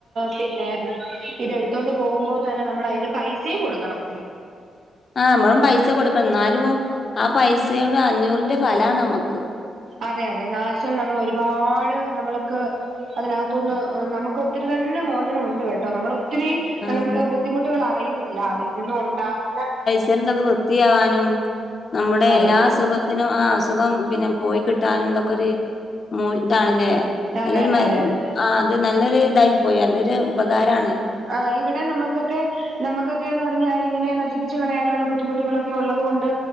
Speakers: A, on the right (about 65°); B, on the left (about 45°).
A: പിന്നെ ഇത് എടുത്തോണ്ട് പോകുമ്പോൾ തന്നെ നമ്മള് അതിന്റെ പൈസയും കൊടുക്കണം
B: ആഹ് നമ്മളും പൈസ കൊടുക്കണം എന്നാലും ആ പൈസയുടെ അഞ്ഞൂറിന്റെ ഫലാണ് നമ്മുക്ക്
A: അതെ അതെ നാശം നമ്മള് ഒരുപാട് നമ്മൾക്ക് അതിനകത്തുന്ന് നമുക്ക് ഒത്തിരി തന്നെ മോചനം ഉണ്ട് കേട്ടോ നമ്മള് ഒത്തിരി നമ്മള്
B: അതെ
A: ബുദ്ധിമുട്ടുകൾ അറിയുന്നില്ല അതിൽ നിന്നും ഉണ്ടാകുന്ന
B: ഇത്തരന്തൊക്കെ വൃത്തിയാവാനും നമ്മുടെ
A: അതെ
B: എല്ലാ സുഖ ത്തിനും, ആഹ് അസുഖം പിന്നെ പോയി കിട്ടാനും നഇതൊക്കെ ഒരു മോ ഇതാണല്ലേ
A: അതെ
B: നല്ലൊരു
A: അതെ
B: മ
A: അതെ അതെ
B: ആഹ് അത് നല്ലൊരു ഇതായി പോയി നല്ലൊരു ഉപകാരമാണ്
A: ആഹ് ഇവിടെ നമുക്കൊക്കെ നമുക്കൊക്കെന്ന് പറഞ്ഞാല് ഇങ്ങനെ നശിപ്പിച്ച് കളയാനുള്ള ബുദ്ധിമുട്ടുകളൊക്കെ ഉള്ളത് കൊണ്ട്